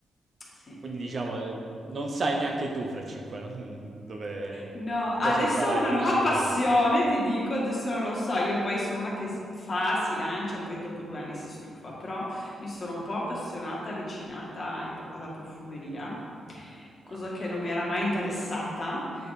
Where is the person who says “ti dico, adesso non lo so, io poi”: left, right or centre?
Left